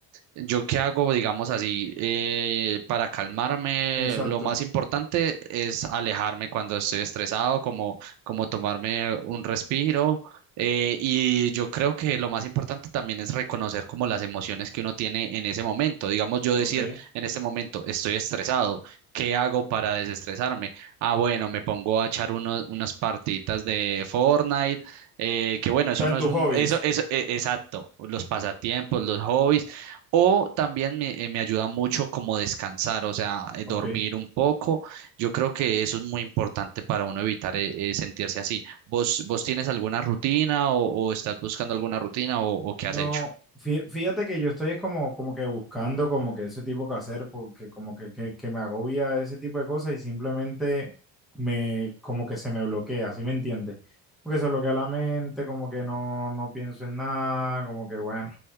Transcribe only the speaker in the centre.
exacto.
Ok.
Está
en
tus
hobbies.
Ok.
No,
fí- fíjate que yo estoy es como, como que buscando como que ese tipo que hacer, porque como que, que, que me agobia ese tipo de cosas y simplemente me, como que se me bloquea, ¿sí me entiendes? Porque se bloquea la mente, como que no, no pienso en nada, como que bueno,